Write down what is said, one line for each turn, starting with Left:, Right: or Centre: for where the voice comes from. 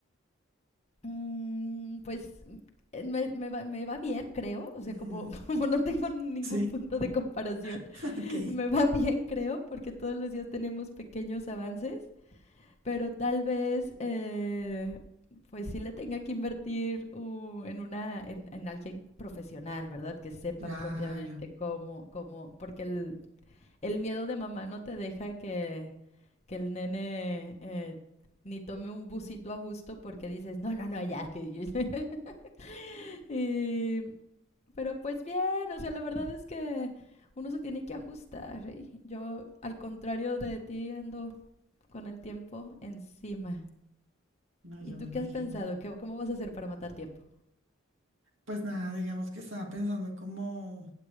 Left: mm, pues eh, me, me va, me va bien, creo. O sea,
Right: Ujú.
Left: como, <laughs> como no tengo ningún
Right: Sí,
Left: punto de comparación,
Right: <laughs> ok.
Left: me va bien, creo, porque todos los días tenemos pequeños avances, pero tal vez, eh, pues sí le tenga que invertir uh, en una, en, en alguien profesional, ¿verdad? Que sepa
Right: Claro.
Left: propiamente cómo, cómo, porque el, el miedo de mamá no te deja que, que el nene eh, ni tome un busito a gusto porque dices, no, no, no, ya. Que... yo-". <laughs> y, pero pues bien, o sea, la verdad es que uno se tiene que ajustar. Y yo, al contrario de ti, ando con el tiempo encima.
Right: No,
Left: ¿Y
Right: yo
Left: tú
Right: me imagino.
Left: qué has pensado? ¿Qué, ¿Cómo vas a hacer para matar tiempo?
Right: Pues nada, digamos que estaba pensando como,